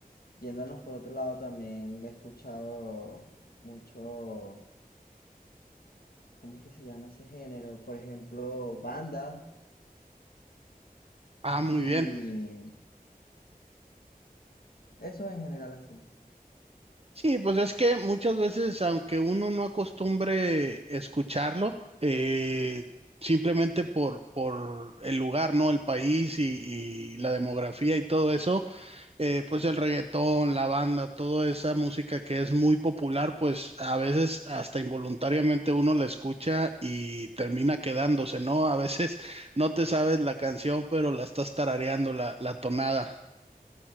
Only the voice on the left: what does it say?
Yéndonos por otro lado, también he escuchado mucho, ¿cómo es que se llama ese género? Por ejemplo, banda
y
eso en general así.